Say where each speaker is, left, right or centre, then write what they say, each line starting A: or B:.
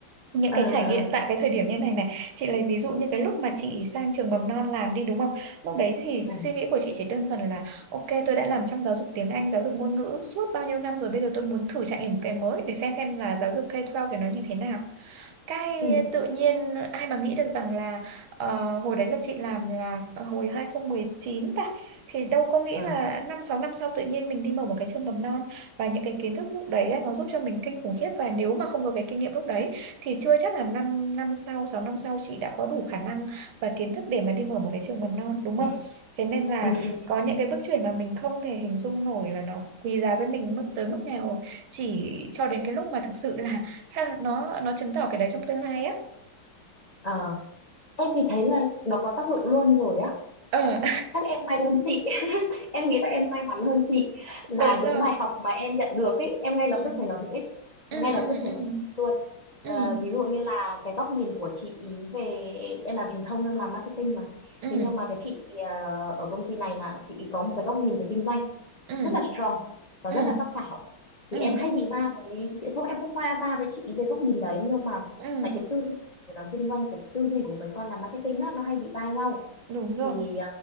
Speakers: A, on the right; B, on the left.
A: những
B: ờ
A: cái trải
B: ờ
A: nghiệm tại cái thời điểm như này này chị lấy ví dụ như cái lúc mà chị sang trường mầm non làm đi đúng không lúc đấy thì
B: ờ,
A: suy nghĩ của chị chỉ đơn thuần là ok tôi đã làm trong giáo dục tiếng Anh giáo dục ngôn ngữ suốt bao nhiêu năm rồi bây giờ tôi muốn thử trải nghiệm một cái mới để xem xem là giáo dục K-12 thì nó như thế nào cái
B: ừ
A: tự nhiên ai mà nghĩ được rằng là ờ, hồi đấy là chị làm là ờ, hồi 2019 ta thì đâu có nghĩ
B: ừ
A: là năm sáu năm sau tự nhiên mình đi mở một cái trường mầm non và những cái kiến thức lúc đấy á, nó giúp cho mình kinh khủng khiếp và nếu mà không có cái kinh nghiệm lúc đấy thì chưa chắc là 5 năm năm sau 6 năm sau chị đã có đủ khả năng và kiến thức để mà đi mở một cái trường mầm non đúng
B: ừ
A: không? Thế nên là
B: ừ ừ.
A: có những cái bước chuyển mà mình không thể hình dung nổi là nó quý giá với mình mức tới mức nào chỉ cho đến cái lúc mà thực sự là ha, nó nó chứng tỏ cái đấy trong tương lai á.
B: ờ em thì thấy là nó có tác dụng luôn rồi á
A: Ờ
B: chắc em may hơn chị em nghĩ là em may mắn hơn chị là
A: <laughs> đúng
B: những
A: không?
B: bài học mà em nhận được ấy em ngay lập
A: Ừ
B: tức thấy nó hữu ích
A: ừ
B: ngay lập
A: ừ
B: tức thấy
A: ừ
B: nó hữu ích luôn
A: ừ
B: Ờ, ví dụ như là cái góc nhìn của chị ý về em làm truyền thông em làm marketing mà
A: ừ
B: thế nhưng mà cái chị ờ, ở công ty này là chị ý có một cái góc nhìn về kinh doanh
A: ừ
B: rất là strong và
A: ừ
B: rất là sắc sảo thì
A: ừ
B: em hay bị va với chị không em không va va với chị ý về góc nhìn đấy nhưng mà
A: ừ
B: tại cái tư duy về làm kinh doanh của tư duy của mấy con làm marketing á nó hay bị va nhau
A: đúng rồi.
B: thì